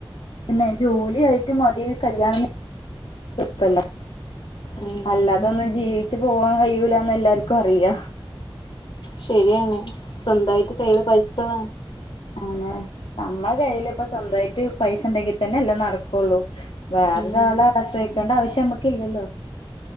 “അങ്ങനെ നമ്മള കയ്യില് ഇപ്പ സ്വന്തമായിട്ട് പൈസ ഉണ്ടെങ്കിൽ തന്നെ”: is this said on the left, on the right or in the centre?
Left